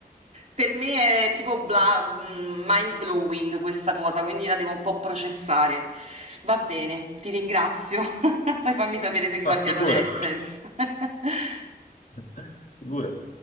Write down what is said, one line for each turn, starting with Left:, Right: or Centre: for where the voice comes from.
Right: Per me è tipo bla mhmm, mind blowing questa cosa, quindi la devo un po' processare. Va bene, ti ringrazio. <laughs> Poi fammi sapere se guardi
Left: ma figurati,
Right: Figurati. Adolescence. <laughs>
Left: <laughs> figurati.